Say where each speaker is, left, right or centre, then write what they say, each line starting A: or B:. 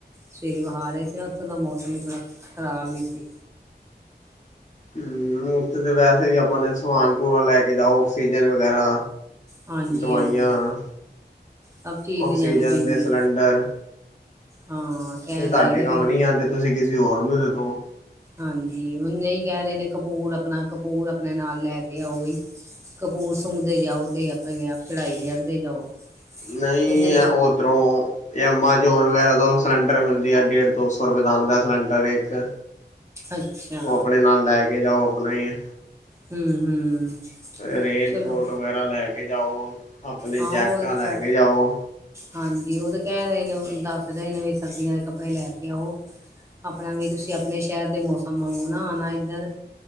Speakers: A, on the right; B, on the left.
A: ਸਵੇਰੇ ਬਾਹਰ ਆਹੇ ਸੀ ਨਾ। ਉੱਥੋਂ ਦਾ ਮੌਸਮ ਵੀ ਥੋੜਾ ਖ਼ਰਾਬ ਹੀ ਸੀ।
B: ਹੁਂ, ਮੁਫ਼ਤ ਤੇ ਵੈਸੇ ਵੀ ਆਪਨੇ ਸਮਾਨ ਪੂਰਾ ਲੈ ਕੇ ਜਾਓ, ਆਕਸੀਜਨ ਵਗੈਰਾ।
A: ਹਾਂਜੀ
B: ਦਵਾਈਆਂ,
A: ਹਾਂਜੀ ਸਭ ਚੀਜ਼
B: ਆਕਸੀਜਨ
A: ਲਿਜਾਣੀ ਪੈਂਦੀ
B: ਦੇ ਸਿਲੰਡਰ।
A: ਹਾਂ। ਕਹਿ
B: ਤੇ ਤੁਹਾਡੇ
A: ਰਹੇ ਨੇ
B: ਕੰਮ
A: ਵੀ
B: ਨੀ ਆਉਂਦੇ ਤੁਸੀਂ ਕਿਸੇ ਹੋਰ ਨੂੰ ਦੇ ਦੋ।
A: ਹਾਂਜੀ, ਉਜੇਂ ਏ ਹੀ ਕਹਿ ਰਹੇ ਨੇ ਕਪੂਰ ਆਪਣਾ, ਕਪੂਰ ਆਪਣੇ ਨਾਲ ਲੈ ਕੇ ਆਓ ਬਈ। ਕਪੂਰ ਸੁੰਗਦੇ ਜਾਓ ਤੇ ਆਪਣੇ-ਆਪ ਚੜਾਈ ਲੈੰਆਦੇ ਜਾਓ।
B: ਨਹੀਂ,
A: ਕਹਿੰਦੇ
B: ਹੈ ਔ ਉੱਧਰੋਂ ਐਮਾਜੋਨ ਵਗੈਰਾ ਤੋਂ ਸਿਲੰਡਰ ਮਿਲਦੇ ਆ। ਡੇਢ-ਦੋ ਸੌ ਰੁਪਏ ਦਾ ਆੁੰਦਾ ਸਿਲੰਡਰ ਇੱਕ
A: ਅੱਛਾ
B: ਉਹ ਆਪਣੇ ਨਾਲ ਲੈ ਕੇ ਜਾਓ ਆਪਣਾ ਹੀ ਏ
A: ਹੂੰ ਹੂੰ
B: ਰੇਨਕੋਟ
A: ਚਲੋ
B: ਵਗੈਰਾ ਲੈ ਕੇ ਜਾਓ ਆਪਣੇ
A: ਆਓੋ
B: ਜੈਕਟਾਂ
A: ਇਥੇ
B: ਲੈ ਕੇ ਜਾਓ।
A: ਹਾਂਜੀ, ਉਹ ਤੇ ਕਹਿ ਰਹੇ ਨੇ, ਦੱਸ ਰਹੇ ਨੇ ਵੀ, ਸਰਦੀਆਂ ਦੇ ਕੱਪੜੇ ਲੈ ਕੇ ਆਓ। ਆਪਣਾ ਵੀ ਤੁਸੀਂ ਆਪਣੇ ਸ਼ਹਿਰ ਦੇ ਮੌਸਮ ਵਾਗੁਂ ਨਾ ਆਣਾ ਇੱਧਰ